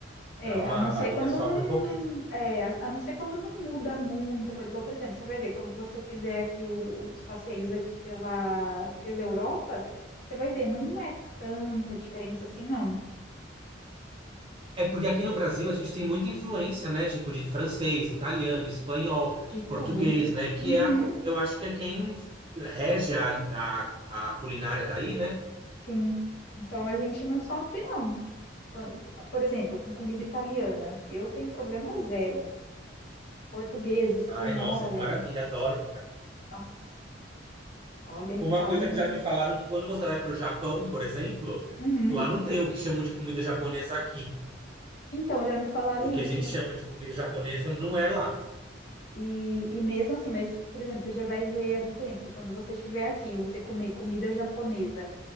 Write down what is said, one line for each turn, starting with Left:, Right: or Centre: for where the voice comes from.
Left: É,
Right: Dá uma
Left: a não
Right: a
Left: ser
Right: barriga
Left: quando
Right: sofre
Left: não.
Right: um pouquinho.
Left: É, a, a não ser quando não muda muita coisa. Igual, por exemplo, você vai ver, quando você fizer aqui o- os passeios aqui pela, pela Europa, você vai ver, não é tanta diferença assim, não.
Right: É porque aqui no Brasil a gente tem muita influência, né? Tipo de francês, italiano, espanhol,
Left: De tudo.
Right: português, né? Que
Left: Uhum,
Right: é, a co- eu acho que é quem rege a, a, a culinária daí, né?
Left: sim. Então a gente não sofre, não. Quando- por exemplo, com comida italiana, eu tenho problema zero. Portuguesa, espanhola.
Right: Ai, nossa, que maravilha, adoro.
Left: Nossa, olha, a Itália.
Right: Uma coisa que já me falaram que quando você vai para o Japão, por exemplo,
Left: Uhum.
Right: lá não tem o que chamam de comida japonesa aqui.
Left: Então, já me falaram
Right: O
Left: isso.
Right: que a gente chama de comida japonesa não é lá.
Left: E, e mesmo assim, mas, por exemplo, você já vai ver a diferença. Quando você estiver aqui, e você comer comida japonesa